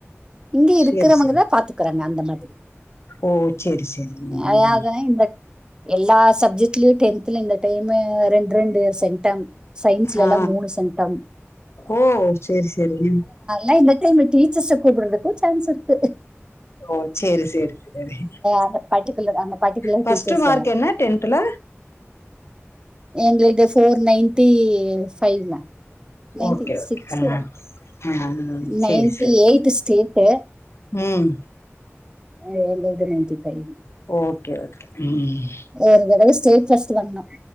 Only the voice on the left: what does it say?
சரி சரி
ஓ சேரி சேரி உம்.
ஆ
ஓ சேரி சேரி
ஓ சேரி சேரி சேரி
ஃபஸ்ட்டு
மார்க் என்ன டென்த்துல
okay
okay ஆ
சேரி சேரி
ம்
ஓகே ஓகே ம்.